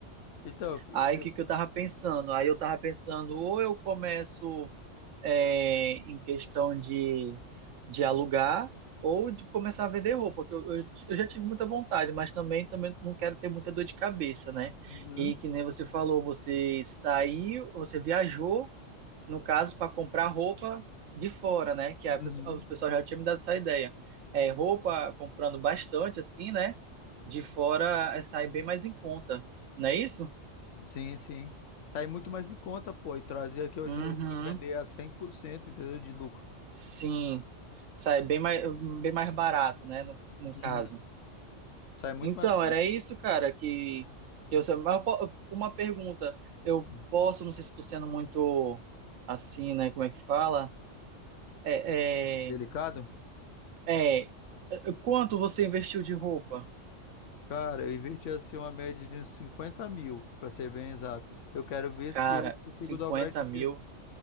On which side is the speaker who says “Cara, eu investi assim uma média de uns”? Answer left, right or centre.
Left